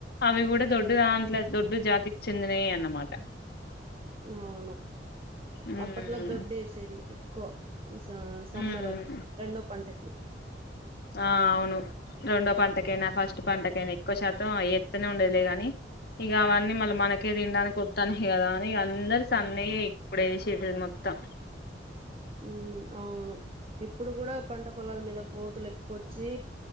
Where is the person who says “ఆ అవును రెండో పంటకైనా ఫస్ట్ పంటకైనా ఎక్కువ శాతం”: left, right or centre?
Left